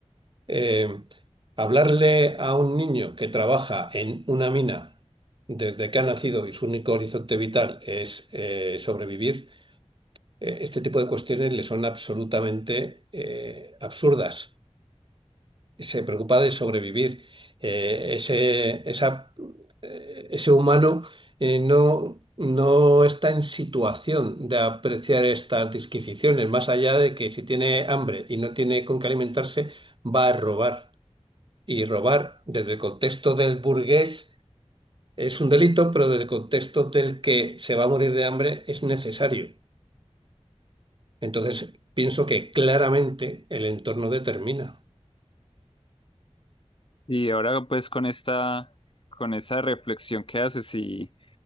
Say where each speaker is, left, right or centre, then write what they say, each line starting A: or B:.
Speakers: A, on the right (about 45°); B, on the left (about 50°).
A: Eh, hablarle a un niño que trabaja en una mina desde que ha nacido y su único horizonte vital es eh, sobrevivir, eh, este tipo de cuestiones le son absolutamente eh, absurdas se preocupa de sobrevivir. Eh, ese, esa- eh, ese humano eh, no, no está en situación de apreciar estas disquisiciones, más allá de que si tiene hambre y no tiene con qué alimentarse, va a robar. Y robar desde el contexto del burgués es un delito, pero desde el contexto del que se va a morir de hambre es necesario. Entonces, pienso que claramente el entorno determina.
B: Y ahora pues con esta, con esa reflexión que haces y